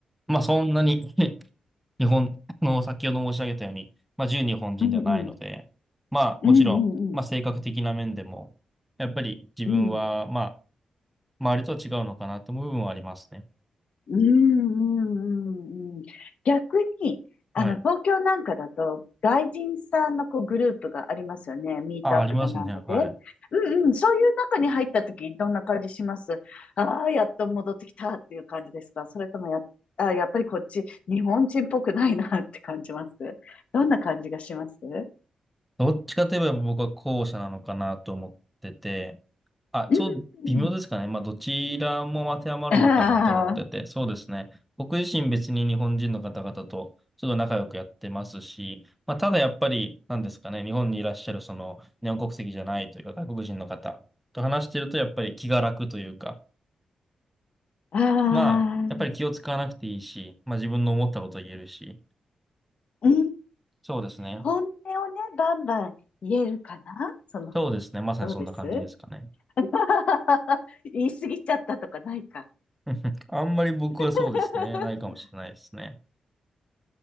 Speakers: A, in the centre; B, on the left.
A: まあそんなに <laughs> 日本、あの、先ほど申し上げたように、まあ純日本人ではないので、
B: うんうん。
A: まあもちろん、
B: うんうんうん。
A: まあ性格的な面でも、やっぱり自分は、
B: うん。
A: まあ、周りとは違うのかなと思う部分はありますね。
B: うんうんうんうん。逆に、
A: はい。
B: あの、東京なんかだと、外人さんのこうグループがありますよね。ミートアップだなんだで。
A: あ、ありますね。はい。
B: うんうん。そういう中に入った時、どんな感じしますああー、やっと戻ってきたっていう感じですかそれともや、あー、やっぱりこっち、日本人っぽくないなって感じますどんな感じがしますう
A: どっちかといえば僕は後者なのかなと思ってて、あ、
B: んうん。
A: そう、微妙ですかね。まあ、どちらも当てはまるのかなと思ってて、
B: ああ。
A: そうですね。僕自身別に日本人の方々とちょっと仲良くやってますし、まあ、ただやっぱり、なんですかね、日本にいらっしゃるその日本国籍じゃないというか外国人の方と話してるとやっぱり気が楽というか、
B: ああ。
A: まあ、やっぱり気を使わなくていいし、まあ自分の思ったことを言えるし、
B: うん
A: そうですね。
B: 本音をね、バンバン言えるかなその方が。
A: そうですね。まさにそんな感じですかね。
B: どうです <laughs> 言い過ぎちゃったとかないか。
A: <laughs> あんまり僕はそうですね。
B: <laughs>
A: ないかもしれないですね。